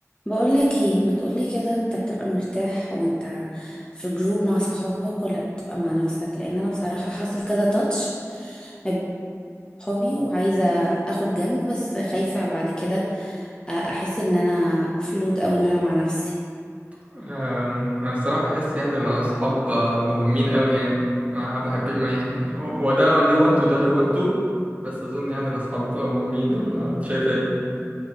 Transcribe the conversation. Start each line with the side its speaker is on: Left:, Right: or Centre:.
Left: بقولك ايه ما تقولي كده انت بتبقى مرتاح وانت في جروب مع صحابك ولا بتبقى مع نفسك لان انا بصراحة حاصل كذا تاتش ما بين صحابي وعايزة اخد جنب بس خايفة بعد كده احس ان انا فلود او ان انا مع نفسي
Right: أم، انا الصراحه بحس يعني الاصحاب مهمين قوي يعني ما بحب ما يعني هو هو ده ليه وقته وده ليه وقته بس اظن يعني الاصحاب مهمين ولا انت شايف ايه